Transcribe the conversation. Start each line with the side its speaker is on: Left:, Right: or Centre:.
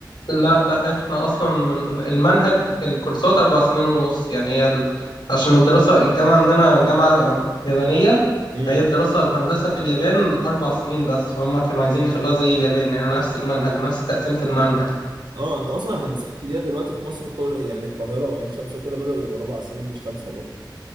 Left: لا لا احنا اصلا من المنهج الكورسات اربع سنين ونص يعني هي ال... عشان الدراسة الجامعة عندنا جامعة يابانية
Right: امم
Left: فهي الدراسة الهندسة في اليابان أربع سنين بس هم كانوا عايزين يخلوها زي اليابان يعني نفس المنهج نفس تقسيمة المنهج
Right: اه انت اصلا هندسه جديده دلوقتي في مصر كل يعني القاهره وعين شمس وكده بداوا يبقوا اربع سنين مش خمسه برضه